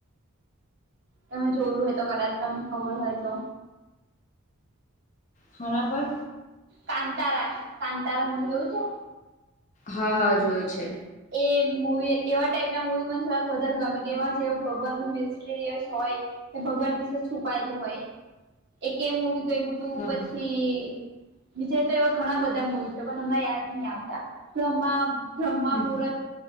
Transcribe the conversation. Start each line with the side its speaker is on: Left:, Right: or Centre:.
Right: તમે જોયું હોય તો કદાચ તમને ખબર હો ય તો.
Left: ખના પર.
Right: કાંતારા, કાંતારા મવી એવું છે?
Left: હા હા જોયું છે.
Right: એ મુવી એવા ટાઈપ ના મૂવી મને થોડાક વધારે ગમે કે એમાં જે ભગવાનનું મિસ્ટરયસ હોય. તે ભગવાન વિશે છુપાયેલું હોય, એક મોવી ગય તું
Left: હા
Right: પછી
Left: હા
Right: વિજય તો એવા ઘણા બધા મુવી છે પણ હમણા યાદ નહ આવતા, બ્ર્ બ્રહ્મા
Left: હમ
Right: મુહૂર્ત